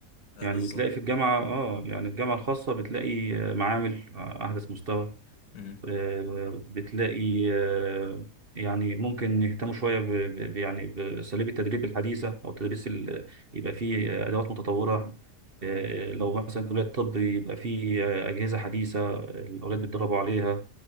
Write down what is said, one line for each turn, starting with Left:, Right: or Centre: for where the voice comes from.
Left: آه،
Right: يعني
Left: بالظبط
Right: بتلاقي في الجامعه اه يعني الجامعه الخاصه بتلاقي آه، معامل آه، احدث مستوى
Left: مم،
Right: آه، بتلاقي آه، يعني ممكن يهتموا شوية ب ب- يعني بأساليب التدريب الحديثة أو التدريس ال- يبقى فيه آه، أدوات متطورة آه، لو مثلا كلية طب يبقى فيه آه، أجهزة حديثة آه، الأولاد بيتدربوا عليها